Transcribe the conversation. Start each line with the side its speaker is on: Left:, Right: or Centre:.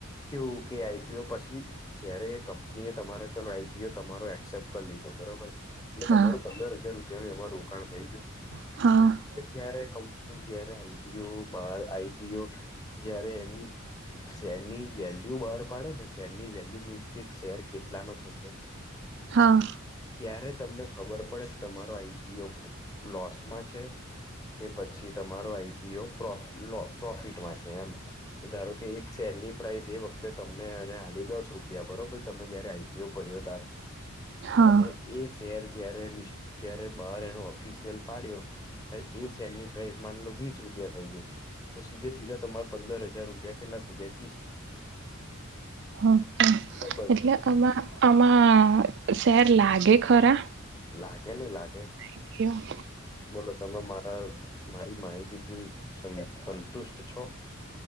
Left: કેવું કે આઈપીઓ પછી જયારે કંપની એ તમારો ચલો આઈબીઓ તમારો એક્સેપ્ટ કરી લીધો બરોબર એટલે
Right: હા
Left: તમારું પંદર હજાર રૂપિયાનુંું અમાર રોકાણ થઈ ગયો
Right: હા
Left: જયારે કંપની જયારે આઈપીઓ બાર આઈપીઓ જયારે એની શેરની વેલ્યુ બહાર પાડે ને શેરની વેલ્યુ મીન્સ કે શેર કેટલા નો થશે
Right: હા
Left: ત્યારે તમને ખબર પડે કે તમારો આઈપીઓ લોસમાં છે કે પછી તમારો આઈપી પ્રોફિટમાં છે એમ ધારો કે એક શહેરની પ્રાઇસ એ વખતે તમને અને આાલી દસ રૂપિયા બરોબર તમે જયારે આઈપીઓ ભર્યો ત્યારે
Right: હા
Left: અને એ શેર જ્યારે લ જય્યારે બહાર એનો ઓફિશિયલ પાડ્યો એ શેમની પ્રઇસ મા લો વીસ રૂપિયા થઈ ગઈ તો સીધે સીધા તમારે પંદર હજાર રૂપિયા કેટલા થઈ જાય છે
Right: હ તો
Left: બંધ
Right: એટલે
Left: થઈ
Right: આમાં આમાં શેર લાગે ખરા
Left: લાગે ને લાગે
Right: <unintelligible>
Left: બોલો તમે મારા મારી માહિતીથી સંતુષ્ટ છો <inaudible>